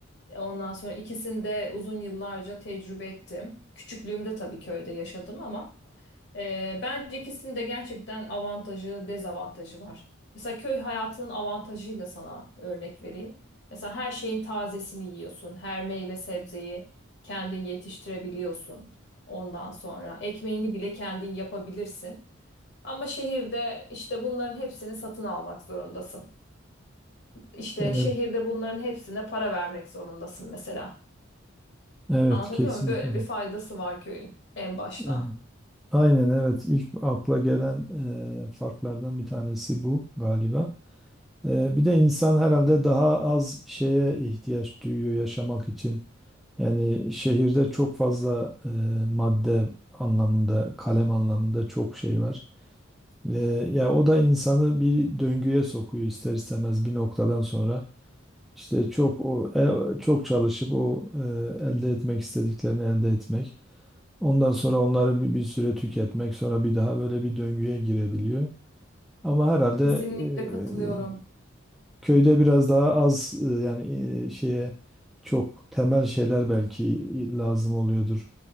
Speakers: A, on the left (about 55°); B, in the centre.
A: E, Ondan sonra ikisinde uzun yıllarca tecrübe ettim. Küçüklüğümde tabii köyde yaşadım ama e, bence ikisinin de gerçekten avantajı, dezavantajı var. Mesela köy hayatının avantajıyla sana örnek vereyim. Mesela her şeyin tazesini yiyorsun. Her meyve sebzeyi kendin yetiştirebiliyorsun. Ondan sonra ekmeğini bile kendin yapabilirsin. Ama şehirde işte bunların hepsini satın almak zorundasın. İşte
B: Evet,
A: şehirde bunların hepsine para vermek zorundasın mesela.
B: evet
A: Anlatabiliyor
B: kesinlikle.
A: muyum? Böyle bir faydası var köyün en başta.
B: Evet. Aynen evet ilk akla gelen e, farklardan bir tanesi bu galiba. E, bir de insan herhalde daha az şeye ihtiyaç duyuyor yaşamak için. Yani şehirde çok fazla e, madde anlamında, kalem anlamında çok şey var. E, ya o da insanı bir döngüye sokuyor ister istemez bir noktadan sonra. İşte çok o e, çok çalışıp o e, elde etmek istediklerini elde etmek. Ondan sonra onları bir, bir süre tüketmek, sonra bir daha böyle bir döngüye girebiliyor. Ama herhalde
A: Kesinlikle katılıyorum.
B: e, köyde biraz daha az e, yani e, şeye çok temel şeyler belki lazım oluyordur